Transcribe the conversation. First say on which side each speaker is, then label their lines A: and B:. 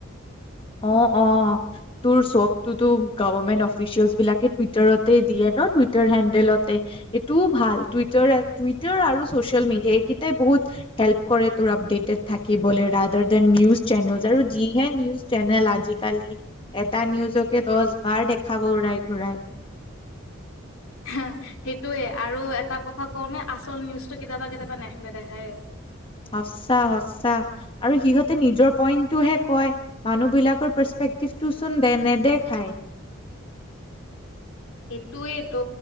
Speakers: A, on the left (about 25°); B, on the left (about 75°).
A: অ অ তোৰ চবতোতো গভমেন্ট অফিচিয়েলচ বিলাকে টুইটাৰতে দিয়ে ন টুইটাৰ হেণ্ডেলতে সেইটোও ভাল টুইটাৰ টুইটাৰ আৰু চচিয়েল মিডিয়া এইকেইটাই বহুত হেল্প কৰে তোৰ আপডেটেড থাকিবলৈ ৰাডাৰ দেন নিউজ চেনেল আৰু যিহে নিউজ চেনেল আজিকালি এটা নিউজকে দহ বাৰ দেখাব উৰাই ঘূৰাই
B: হ সেইটোৱে আৰু এটা কথা কওঁ ন আচল নিউজটো কেতিয়াবা কেতিয়াবা নে নেদেখায়
A: সঁচা সচা আৰু সিহঁতে নিজৰ পইণ্টটোহে কয় মানুহবিলাকৰ পাৰ্চপেক্টিভটো চোন দে নেদেখায়
B: এইটোৱেই তটো